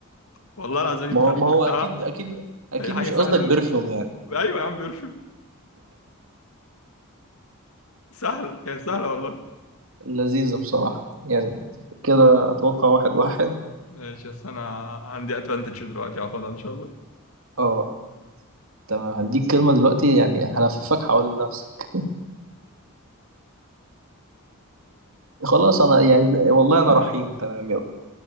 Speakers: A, on the left (about 75°); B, on the right (about 65°).
A: والله العظيم أنت
B: ما هو
A: عرفتها
B: ما هو أكيد أكيد أكيد
A: هي حاجة
B: مش
A: سهلة
B: قصدك برفيوم
A: أوي
B: يعني
A: أيوة يا عم بيرفكت سهلة كانت سهلة والله
B: لذيذة بصراحة يعني كده أتوقع واحد واحد
A: ماشي بس أنا عندي أدفانتج دلوقتي هاخدها إن شاء الله
B: أه تمام هديك كلمة دلوقتي يعني هلففك حوالين نفسك خلاص أنا يعني والله أنا رحيم تمام يلا